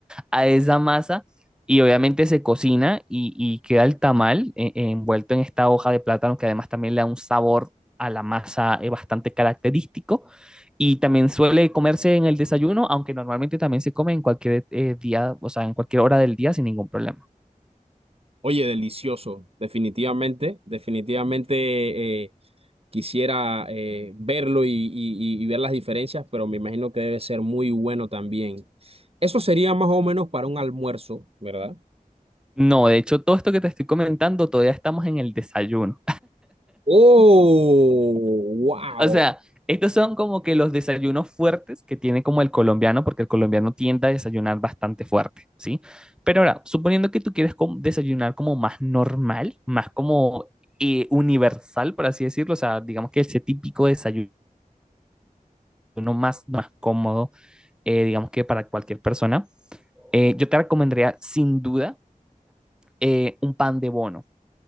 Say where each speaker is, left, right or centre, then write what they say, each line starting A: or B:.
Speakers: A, in the centre; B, on the right.
A: a esa masa y obviamente se cocina y, y queda el tamal eh, eh, envuelto en esta hoja de plátano que además también le da un sabor a la masa eh, bastante característico y también suele comerse en el desayuno, aunque normalmente también se come en cualquier eh, día, o sea, en cualquier hora del día sin ningún problema.
B: Oye, delicioso, definitivamente, definitivamente. eh, quisiera eh, verlo y, y- y- y ver las diferencias, pero me imagino que debe ser muy bueno también. Eso sería más o menos para un almuerzo, ¿verdad?
A: No, de hecho, todo esto que te estoy comentando todavía estamos en el desayuno.
B: ¡Oh! ¡Wow!
A: O sea, estos son como que los desayunos fuertes que tiene como el colombiano, porque el colombiano tiende a desayunar bastante fuerte, ¿sí? Pero ahora, suponiendo que tú quieres com- desayunar como más normal, más como eh, universal, por así decirlo, o sea, digamos que ese típico desayuno más, más cómodo, eh, digamos que para cualquier persona, eh, yo te recomendaría sin duda eh, un pan de bono,